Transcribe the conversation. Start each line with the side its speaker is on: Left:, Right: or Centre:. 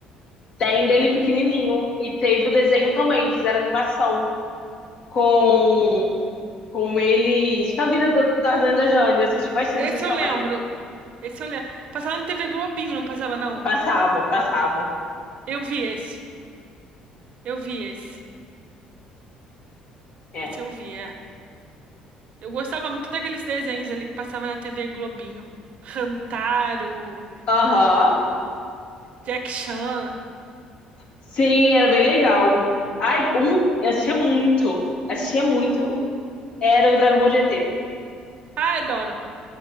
Left: Tem dele pequenininho. E teve o desenho também, fizeram animação com, com eles. Com a vida do Tarzan e da Jane. Eu assisti bastante
Right: Esse
Left: isso também.
Right: eu lembro. Esse eu lembro. Passava na TV Globinho, não passava, não.
Left: Passava, passava.
Right: Eu vi esse. Eu vi esse.
Left: É.
Right: Esse eu vi, é. Eu gostava muito daqueles desenhos ali que passava na TV Globinho. Rantaro,
Left: Aham.
Right: Jack Chan.
Left: Sim, era bem legal. Ai, um, eu assistia muito. Assistia muito. Era o Dragon Ball GT.
Right: Ah, adoro.